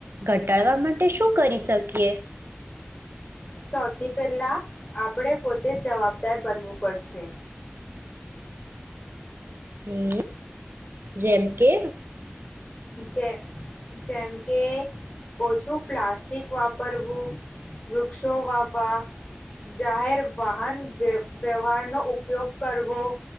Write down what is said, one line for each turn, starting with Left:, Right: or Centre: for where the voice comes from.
Right: ઘટાડવા માટે શું કરી શકીએ?
Left: સૌથી પહેલા આપણે પોતે જવાબદાર બનવું પડશે.
Right: હમ્મ. જેમ કે?
Left: જેમ જેમ કે ઓછું પ્લાસ્ટિક વાપરવું, વૃક્ષો વાવવા, જાહેર વાહન વ્ય વ્યવહારનો ઉપયોગ કરવો,